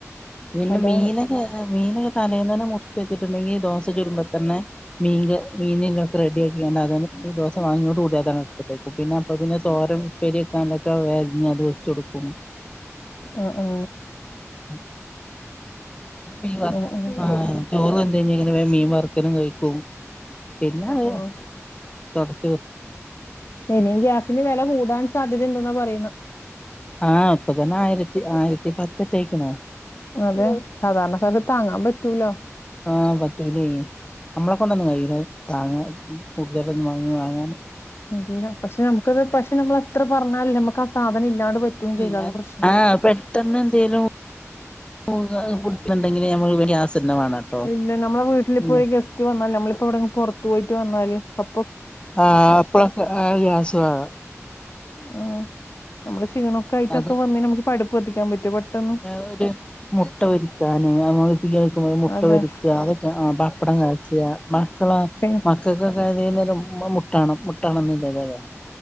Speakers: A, on the left (about 20°); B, on the left (about 50°).
A: പിന്നെ
B: അതാണ്
A: മീനൊക്കെ മീനൊക്കെ തലേന്നന്നെ മുറിച്ച് വച്ച വെച്ചിട്ടുണ്ടെങ്കി ദോശ ചുടുമ്പോ തന്നെ മീൻ മീനല്ലൊക്കെ റെഡിയ ആക്കയാണ്ട് അതന്നെ ദോശ വാങ്ങിയോട് കൂടി അതാണ് എടുത്തിട്ടേക്കും പിന്നെ അപ്പ പിന്നെ ചോറും ഉപ്പരിക്കാനൊക്കെ വേഗം അരിഞ്ഞി അത് വെച്ചകൊടുക്കും കൊടുക്കും
B: ആ ആ
A: ഉം മീൻ വറുത്ത
B: ആഹ് ആഹ്
A: ആ ചോറ് വെന്ത് കഴിഞ്ഞ ഇങ്ങനെ മീൻ വറുക്കും വെക്കലും കഴിക്കും പിന്നെ അത്
B: ആഹ് ആഹ്
A: തൊടച്ചു
B: ഇനിയും ഗ്യാസിന് വില കൂടാൻ സാധ്യതയുണ്ടെന്നാ പറയുന്നെ
A: ആ ഇപ്പൊ തന്നെ ആയിരത്തി ആയിരത്തി പത്തിട്ടേക്കുന്ന്
B: അതെ സാധാരണക്കാർക്ക് താങ്ങാൻ പറ്റൂല
A: ആ പറ്റൂല ഇനി നമ്മളെ കൊണ്ടെന്നും കഴിയൂല താങ്ങാൻ കൂടുതലൊന്നും വാങ്ങി വാങ്ങാൻ
B: ഇല്ല പക്ഷെ നമുക്കത് പക്ഷെ നമ്മള് എത്ര പറഞ്ഞാലും നമുക്ക് ആ സാധനം ഇല്ലാണ്ട് പറ്റുകയും ചെയ്യില്ല
A: ഇല്ലാതെ
B: അതാ പ്രശ്നം
A: ആ പെട്ടെന്ന് എന്തേലും <unintelligible> ഫുഡുണ്ടെങ്കിലെ നമ്മൾ ഇവിടെ ഗ്യാസ് തന്നെ വേണംട്ടോ
B: ഇല്ല നമ്മളെ വീട്ടിലിപ്പോ
A: ഉം
B: ഒരു ഗസ്റ്റ് വന്നാൽ നമ്മളിപ്പോ ഇവിടുന്ന് പുറത്ത് പോയി ട്ട് വന്നാല് അ
A: ആ അപ്പഴൊക്കെ ഗ്യാസ് വേണം
B: ആ നമ്മള് ക്ഷീണൊക്കെ ആയിട്ടൊക്കെ
A: അതെ
B: വന്നേന നമുക്ക് അടുപ്പ് കത്തിക്കാൻ പറ്റോ പെട്ടെന്ന്
A: പിന്നെ ഒരു മുട്ട പൊരിക്കാന് <unintelligible> മുട്ട
B: അതെ
A: പൊരിക്കുക അതൊക്കെ ആ പപ്പടം കാച്ചുക മക്കള്
B: പി
A: മക്കൾക്കൊക്കെ <unintelligible> തണുപ്പ് <unintelligible>